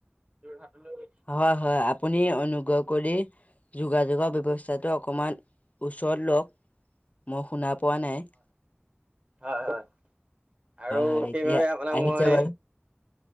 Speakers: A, on the right; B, on the left.
A: যোৰহাটলৈ
B: হয়, হয় আপুনি অনুগ্ৰহ কৰি যোগাযোগৰ ব্যৱস্থাটো অ কণমান ওচৰত লওক। মই শুনা পোৱা নাই। হয়,
A: হয় হয় আৰু
B: হয়
A: সেইবাবে
B: এতিয়া
A: আপোনাক
B: আহিছে
A: মই
B: বাৰু।